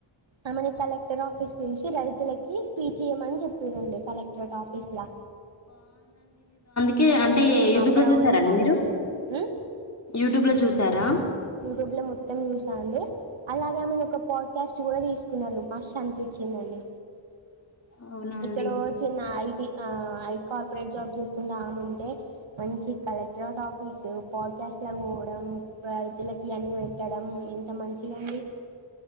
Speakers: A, on the right; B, on the left.
A: ఆమెని కలెక్టర్ ఆఫీస్ పిలిచి రైతులకి స్పీచ్ ఇయ్యమని చెప్పారండి కలెక్టరేట్ ఆఫీస్ లో
B: కీ అంటే యూట్యూబ్లో
A: ప్రౌడ్
B: చూసారాండి
A: అండి ఆమెకి
B: మీరు
A: ఉమ్,
B: యూట్యూబ్లో చూసారా
A: యూట్యూబ్లో మొత్తం చూసా అండి అలాగే ఆమెని ఒక పాడ్కాస్ట్ కూడా తీసుకున్నారు మాస్త్ అనిపించిందండి
B: అవునా అండి
A: ఇక్కడ ఓ చిన్న ఐ ఇక ఆహ్ హఐ కార్పొరేట్ జాబ్ చూసుకుంటాముంటే మంచి కలెక్టరేట్ ఆఫీసు పాడ్కాస్ట్ లా పోవడం రైతులకి అన్న పెట్టడం ఎంత మంచిగాండి